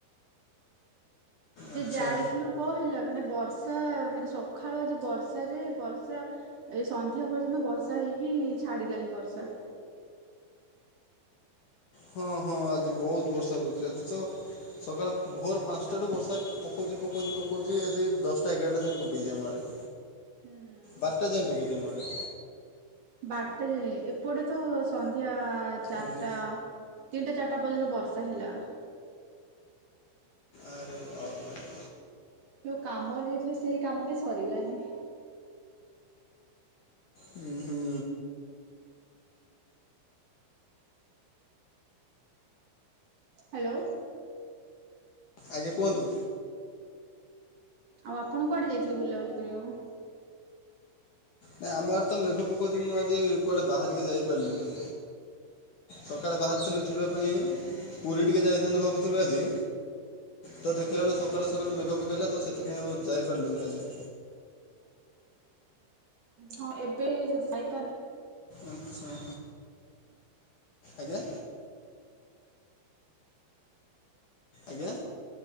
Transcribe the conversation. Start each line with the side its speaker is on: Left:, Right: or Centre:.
Right: ଯେ
Left: ଆଚ୍ଛା
Right: ଯାଇଥିଲୁ। କଣ ହେଲା ମାନେ ବର୍ଷା ମାନେ ସକାଳୁ ଆଜି ବର୍ଷା ଯେ ବର୍ଷା। ଏଇ ସନ୍ଧ୍ୟା ପର୍ଯ୍ୟନ୍ତ ବର୍ଷା ହେଇକି ଛାଡିଲାନି ବର୍ଷା।
Left: ହଁ-ହଁ ଆଜି ବହୁତ ବର୍ଷା ହଉଛି ଆଜି ତ ସକାଳ ଭୋର ପାଞ୍ଚଟାରୁ ବର୍ଷା ପକଉଛି ପକଉଛି ପକଉଛି ଯଦି ଦଶଟା ଏଗାରଟା ଯାଇଏ ପକଉଛି ଆମ ଆଡ଼େ।
Right: ହୁଁ ହୁଁ।
Left: ବାରଟା ଯାଇ ପକେଇଚି ଆମ ଆଡେ।
Right: ବାରଟା ଏପଟେ ତ ସନ୍ଧ୍ୟା ଚାରିଟା
Left: ଆଜ୍ଞା
Right: ତିନିଟା ଚାରିଟା ପର୍ଯ୍ୟନ୍ତ ବର୍ଷା ହେଲା।
Left: ଆରେ ବାପରେ।
Right: ଯୋଉ କାମରେ ଯାଇଥିଲୁ ସେଇ କାମ ବି ସରିଲାନି।
Left: ହୁଁ ହୁଁ।
Right: ହ୍ୟାଲୋ।
Left: ଆଜ୍ଞା କୁହନ୍ତୁ।
Right: ଆଉ ଆପଣ କୁଆଡେ ଯାଇଥିଲେ ବୁଲାବୁଲି କରିବାକୁ?
Left: ନାଇଁ ଆମର ତ ମେଘ ପକଉଛି ମୁଁ ଆଜି କୁଆଡେ ବାହାରିକି ଯାଇପାରିଲିନି। ସକାଳେ ବାହାରିଥିଲୁ ଯିବା ପାଇଁ ପୁରୀ ଟିକେ ଯାଇଥାନ୍ତୁ ଭାବୁଥିଲୁ ଆଜି। ତ ଦେଖିଲା ବେଳୁ ସକାଳୁ
Right: ହଁ
Left: ସକାଳୁ ମେଘ ପକେଇଲା ତ ସେଥିପାଇଁ ଆଉ ଯାଇପାରିଲୁନି ଆଜି।
Right: ହଁ, ଏବେ ଯଦି ଯାଇପାରୁନ
Left: ଆଚ୍ଛା। ଆଜ୍ଞା। ଆଜ୍ଞା।